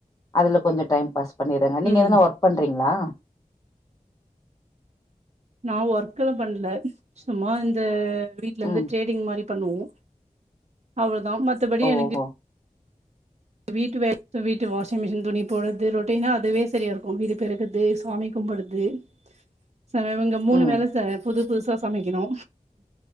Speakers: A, on the left; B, on the right.
A: அதுல கொஞ்சோ டைம் பாஸ் பண்ணிறேங்க் நீங்க
B: ம்
A: எதனா ஒர்க் பண்றிங் லா
B: நா ஒர்க்லா பண்ல சும்மா இந்தா வீட்ல இருந்து
A: ம்
B: ட்ரேடிங் மா ரி பண்ணுவோ அவர் தா மத்தபடி
A: ஓஹோ
B: எனக்கு வீட்டு வேல வீட்டு வாஷிங் மிஷின் துணி போட்றது ரொட்டீனா அதுவே செரியா இருக்கு வீடு பெருகற்து சாமி கும்புட்றது சார் இவுங்க மூணு
A: ம்
B: வேல சார் புது புச் சமைக்கணு